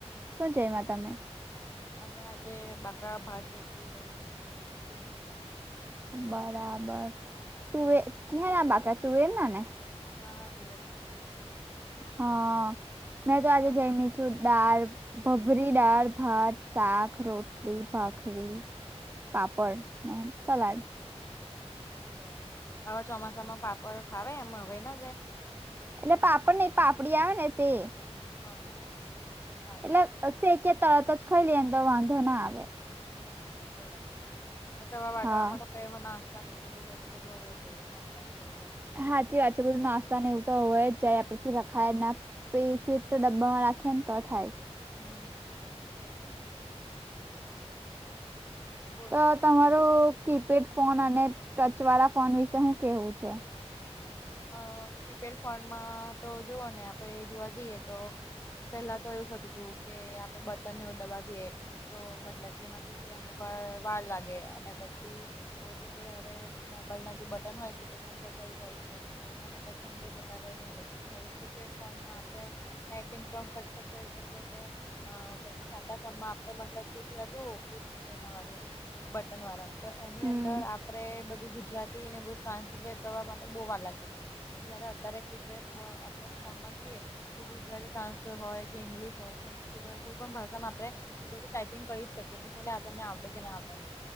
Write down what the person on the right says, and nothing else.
શો જયમા તમે
બરાબર તું વે ક્યા ના બાકા તુવર ના ને
હા મેં તો આજે
જઈમી જ દાળ ભભરી દાળ ભાત સાક રોટલી બકરી પાપડ ને સલાડ
એટલે પાપડ નઈ પાપડી આવે ને તે
એટલે શે કે તરત જ ખાઈ લઈ તો વાંધો ના આવે
હા
હાચી વાત છે બધું નાસ તા ને એવું તો હોય જાય આપથી રખાય પે ફીટ ડબ્બામાં રાખેને તો થાય
તો તમારું કીપેડ ફોન અને ટચ વાળા ફોન વિશે હું કેવું છે.
હમ